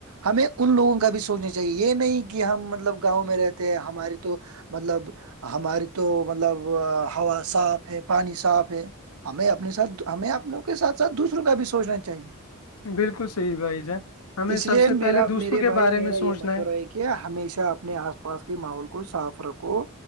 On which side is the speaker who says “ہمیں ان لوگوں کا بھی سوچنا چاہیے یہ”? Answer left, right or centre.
Right